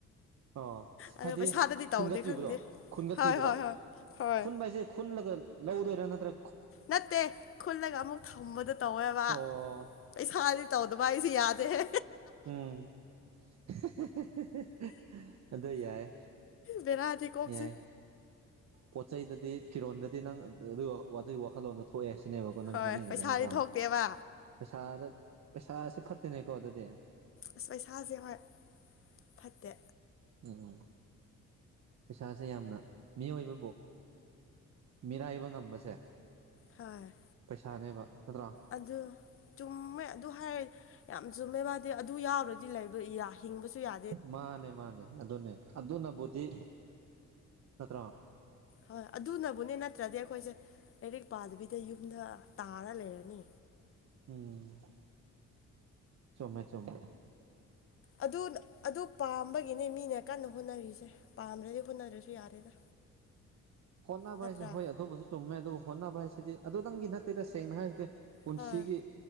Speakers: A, on the right; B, on the left.
A: ꯑ
B: ꯑꯗꯣ
A: ꯍꯥꯏꯗꯤ
B: ꯄꯩꯁꯥꯗꯗꯤ
A: ꯈꯨꯟꯒꯠꯄꯤꯕꯗꯣ
B: ꯇꯧꯗꯦ ꯈꯪꯗꯦ
A: ꯈꯨꯟꯒꯠꯄꯤꯕꯗꯣ
B: ꯍꯣꯏ ꯍꯣꯏ ꯍꯣꯏ ꯍꯣꯏ
A: ꯈꯨꯟꯕ ꯍꯥꯏꯁꯦ ꯈꯨꯟꯂꯒ ꯂꯧꯗꯣꯏꯔꯥ ꯅꯠꯇ꯭ꯔ
B: ꯅꯠꯇꯦ ꯈꯨꯜꯂꯒ ꯑꯃꯨꯛ ꯊꯝꯕꯗꯣ ꯇꯧꯋꯦꯕꯥ
A: ꯑꯣ
B: ꯄꯩꯁꯥꯗꯤ ꯇꯧꯗꯕ ꯑꯩꯁꯦ ꯌꯥꯗꯦꯍꯦ
A: ꯎꯝ <unintelligible> ꯑꯗꯣ ꯌꯥꯏ
B: ꯕꯦꯔꯥꯗꯤ ꯀꯣꯛꯁꯦ
A: ꯌꯥꯏ ꯄꯣꯠ ꯆꯩꯗꯗꯤ ꯐꯤꯔꯣꯟꯗꯗꯤ ꯅꯪ ꯑꯗꯨ ꯑꯗꯨꯏ ꯋꯥꯈꯜꯂꯣꯟꯗꯣ ꯊꯣꯛꯑꯦ ꯁꯤꯅꯦꯕꯀꯣ ꯅꯪ
B: ꯍꯣꯏ
A: ꯍꯥꯏꯅꯤꯡꯉꯤꯁꯦ
B: ꯄꯩꯁꯥꯗꯤ
A: ꯅꯠꯇ꯭ꯔꯥ
B: ꯊꯣꯛꯇꯦꯕ
A: ꯄꯩꯁꯥꯗ ꯄꯩꯁꯥꯥꯁꯦ ꯐꯠꯇꯦꯅꯦꯀꯣ ꯑꯗꯨꯗꯤ
B: ꯑꯁ ꯄꯩꯁꯥꯁꯦ ꯍꯣꯏ ꯐꯠꯇꯦ
A: ꯎꯝ ꯎꯝ ꯄꯩꯁꯥꯁꯦ ꯌꯥꯝꯅ ꯃꯤꯑꯣꯏꯕꯕꯨ ꯃꯤꯔꯥꯏꯕ ꯉꯝꯕꯁꯦ
B: ꯍꯣꯏ
A: ꯄꯩꯁꯥꯅꯦꯕ ꯅꯠꯇ꯭ꯔꯣ
B: ꯑꯗꯨ ꯆꯨꯝꯃꯦ ꯑꯗꯨ ꯍꯥꯏꯔ ꯌꯥꯝ ꯆꯨꯝꯃꯦ ꯃꯥꯗꯤ ꯑꯗꯨ ꯌꯥꯎꯗ꯭ꯔꯗꯤ ꯂꯩꯕ ꯌꯥ ꯍꯤꯡꯕꯁꯨ ꯌꯥ
A: ꯃꯥꯅꯦ ꯃꯥꯅꯦ ꯑꯗꯨꯅꯦ ꯑꯗꯨꯅꯕꯨꯗꯤ ꯅꯠꯇ꯭ꯔꯣ
B: ꯍꯣꯏ ꯑꯗꯨꯅꯕꯨꯅꯦ ꯅꯠꯇ꯭ꯔꯗꯤ ꯑꯩꯈꯣꯏꯁꯦ ꯂꯥꯏꯔꯤꯛ ꯄꯥꯗꯕꯤꯗ ꯌꯨꯝꯗ ꯇꯥꯔ ꯂꯩꯔꯅꯤ
A: ꯎꯝ ꯆꯨꯝꯃꯦ ꯆꯨꯝꯃꯦ
B: ꯑꯗꯨ ꯑꯗꯨ ꯄꯥꯝꯕꯒꯤꯅꯦ ꯃꯤꯅ ꯀꯟꯅ ꯍꯣꯠꯅꯔꯤꯁꯦ ꯄꯥꯝꯗ꯭ꯔꯗꯤ ꯍꯣꯠꯅꯗ꯭ꯔꯁꯨ ꯌꯥꯔꯦꯗ
A: <inaudible> ꯍꯣꯠꯅꯕ
B: ꯅꯠꯇ꯭ꯔꯥ
A: ꯍꯥꯏꯁꯦ ꯍꯣꯏ ꯑꯗꯨꯕꯨꯁꯨ ꯆꯨꯝꯃꯦ ꯑꯗꯨꯕꯨ ꯍꯣꯠꯅꯕ ꯍꯥꯏꯁꯤꯗꯤ ꯑꯗꯨꯗꯪꯒꯤ ꯅꯠꯇꯦꯗ ꯁꯦꯡꯅ ꯍꯥꯏꯔꯒꯗꯤ ꯄꯨꯟꯁꯤꯒꯤ
B: ꯍꯣꯏ